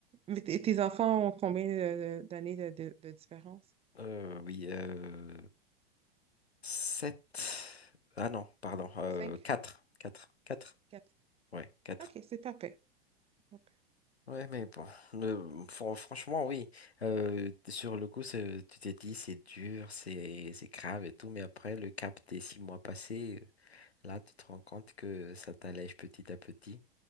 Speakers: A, on the right; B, on the left.
A: Mais tes tes enfants ont combien de- de- d'années de, de, de différence?
B: Euh, oui, euh, 7. Ah non, pardon, euh,
A: Cinq?
B: 4, 4. 4.
A: Quatre?
B: Ouais, 4.
A: OK, c'est pas pire. Pas pire.
B: Ouais, mais bon, le- fran- franchement, oui. Euh, sur le coup, c'est- tu t'es dit, c'est dur, c'est c'est grave et tout, mais après, le cap des six mois passés, euh, là, tu te rends compte que ça t'allège petit à petit.